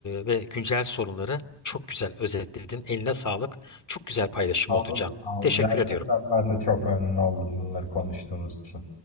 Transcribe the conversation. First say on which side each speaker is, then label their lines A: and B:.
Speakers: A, on the left (about 40°); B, on the left (about 90°).
A: ve güncel sorunları çok güzel özetledin. Eline sağlık. Çok güzel paylaşım
B: Sağ
A: oldu
B: ol,
A: Can.
B: sağ
A: Teşekkür
B: ol. Gerçekten
A: ediyorum.
B: ben de çok memnun oldum bunları konuştuğumuz için.